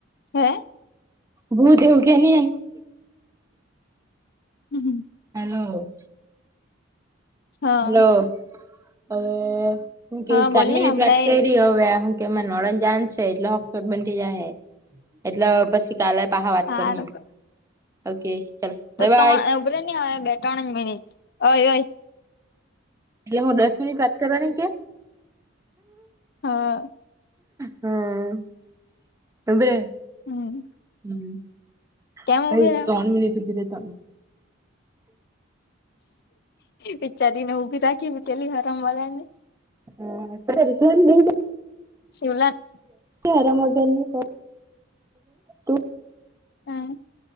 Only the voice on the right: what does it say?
ભૂ દવ કે ન એ
હલો
હલો હવે હું કેશ
ચાર
મિનિટ
વાત કરી હવે. કે નોળન જાશે એટલે હોટસ્પોટ બંધ જાય હ એટલે પછી કાલે પહ વાત
કરું ઓકે ચાલ
બાય બાય
એલે હ દસ મિનિટ વાત કરવાની કે.
હમ એ બર
હમ
ભાઈ
ત્રણ મિનિટ બીરે ત
હ <unintelligible>
હરામ વગર ની તુ